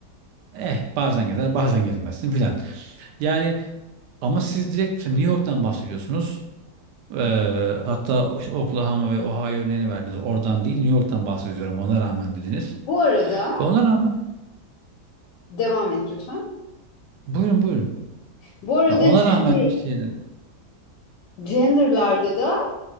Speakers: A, on the right; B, on the left.
A: eh bazen gezer bazen gezemezsin filan. Yani ama siz direkt mesela New York'tan bahsediyorsunuz. Eee, hatta Oklahoma ve Ohio örneğini verdiniz. Oradan değil, New York'tan bahsediyorum. Ona rağmen dediniz.
B: Bu arada
A: Ve ona rağmen
B: devam et lütfen.
A: buyurun buyurun.
B: Bu arada
A: Ya ona
B: gender,
A: rağmen işte
B: genderlarda da